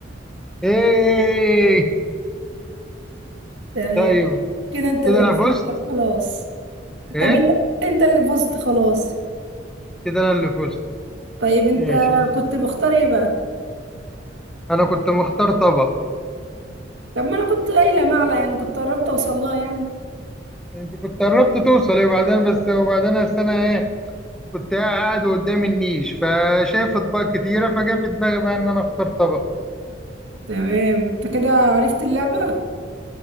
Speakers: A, in the centre; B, on the right.
A: ايه
B: تمام
A: طيب
B: كده انت اللي
A: كده انا
B: كسبت
A: فزت
B: خلاص
A: ايه
B: طب انت انت اللي فزت خلاص
A: كده انا اللي فزت
B: طيب انت
A: ماشي مش
B: كنت مختار ايه بقى؟
A: انا كنت مختار طبق
B: طب ما انا كنت قايلة معلقة يعني كنت قربت اوصل لها يعني
A: انت كنت قربت توصلي وبعدين بس وبعدين أصل انا ايه كنت قاعد قدام النيش فشايف اطباق كتيرة فجا في دماغي بقى ان انا اختار طبق
B: تمام انت كده عرفت اللعبة؟